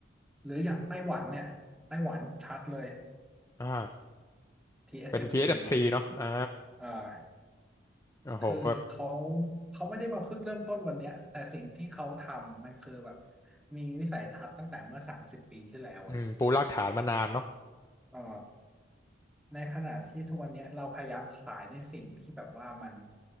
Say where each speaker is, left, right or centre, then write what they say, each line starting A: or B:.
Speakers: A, in the centre; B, on the left (about 15°).
A: หรืออย่างไต้หวันเนี่ยไต้หวันชัดเลย
B: อ่า
A: TSMC
B: เป็น TSMC
A: อสเอ็มซี
B: เอสเอ็มซีเนาะอ่า
A: อ่า
B: โอ้โหแบบ
A: คือเขาเขาไม่ได้มาเพิ่งเริ่มต้นวันเนี้ยแต่สิ่งที่เขาทำมันคือแบบมีวิสัยทัศน์ตั้งแต่เมื่อสามสิบปีที่แล้วอ่ะ
B: อืมปูรากฐานมานานเนาะ
A: เออ ในขณะที่ทุกวันเนี้ยเราพยายามขายในสิ่งที่แบบว่ามัน